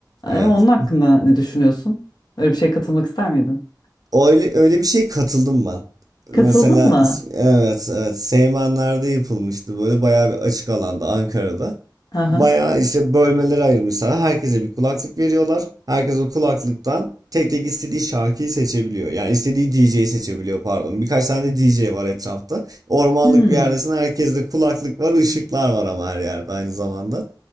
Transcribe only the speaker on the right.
evet.
Öyle öyle bir şey katıldım ben.
Mesela
is- evet evet Seymenler'de yapılmıştı böyle bayağı bir açık alanda Ankara'da.
Bayağı işte bölmelere ayırmışlar. Herkese bir kulaklık veriyorlar. Herkes o kulaklıktan tek tek istediği şarkıyı seçebiliyor. Yani istediği DJ'yi seçebiliyor pardon. Birkaç tane DJ var etrafta. Ormanlık
bir yerdesin. Herkeste kulaklık var. ışıklar var ama her yerde aynı zamanda.